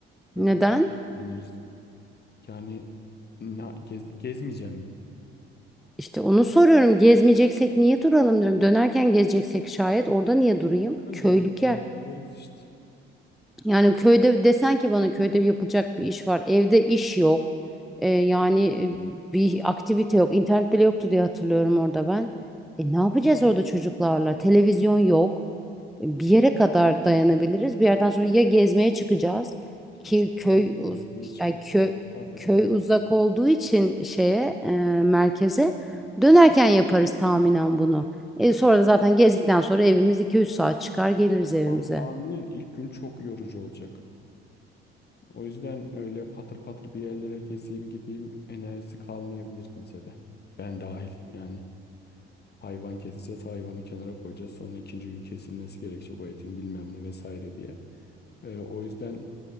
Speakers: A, on the left; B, in the centre.
A: Dördüncü
B: Neden?
A: günü döneriz. Yani na- gez, gezmeyeceğim mi?
B: İşte onu soruyorum. Gezmeyeceksek niye duralım diyorum. Dönerken gezeceksek şayet orada niye durayım?
A: Bakarız
B: Köylük
A: onun kararını
B: yer.
A: veririz işte.
B: Yani köyde desen ki bana köyde yapılacak bir iş var. Evde iş yok. Ee, yani e, bir aktivite yok. İnternet bile yoktu diye hatırlıyorum orada ben. E, ne yapacağız orada çocuklarla? Televizyon yok. E, Bir yere kadar dayanabiliriz. Bir yerden sonra ya gezmeye çıkacağız
A: Tam
B: ki
A: işte
B: köy
A: diyorum,
B: uz-
A: gezmeye çıkmak
B: ay köy
A: diye etrafa
B: köy
A: gidelim.
B: uzak olduğu için şeye e, merkeze dönerken yaparız tahminen bunu. E, sonra da zaten gezdikten sonra evimiz iki üç saat çıkar geliriz evimize.
A: Ha- tahminen ilk gün çok yorucu olacak. O yüzden öyle patır patır bir yerlere gezeyim gideyim enerjisi kalmayabilir kimsede. Ben dahil yani. Hayvan keseceğiz, hayvanı kenara koyacağız. Sonra ikinci gün kesilmesi gerekecek o etin bilmem ne vesaire diye. Ee, o yüzden